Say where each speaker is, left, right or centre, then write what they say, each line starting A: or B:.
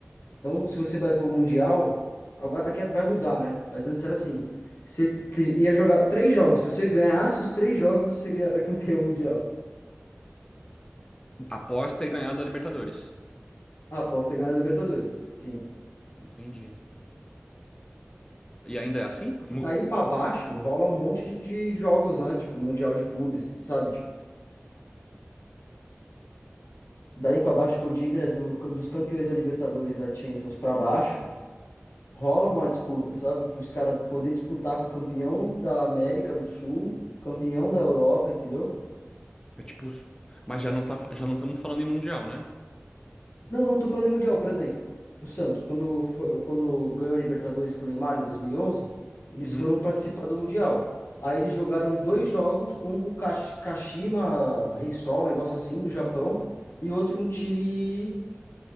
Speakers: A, on the left; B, on the left.
A: Então, se você vai pro Mundial, agora aqui vai mudar, né? Mas antes era assim, você te- ia jogar três jogos. Se você ganhasse os três jogos, você era campeão mundial.
B: Após ter ganhado a Libertadores.
A: Ah, posso ter ganhado a Libertadores. Sim.
B: Entendi. E ainda é assim? Mu-
A: Daí pra baixo rola um monte de de jogos, né? Tipo, Mundial de clubes, sabe? Tipo, daí pra baixo que eu digo é do- dos campeões da Libertadores, e da Champions pra baixo. rola uma disputa, sabe? Para os caras poder disputar com o campeão da América do Sul, campeão da Europa, entendeu?
B: É tipo. Mas já não tá, já não estamos falando em mundial, né?
A: Não, não tô falando em Mundial, por exemplo. O Santos, quando, foi, quando ganhou a Libertadores com o Neymar em 2011, eles
B: Uhum.
A: foram participar do Mundial. Aí eles jogaram dois jogos, um com o Kash- Kashima Reysol, um negócio assim, do Japão, e outro um time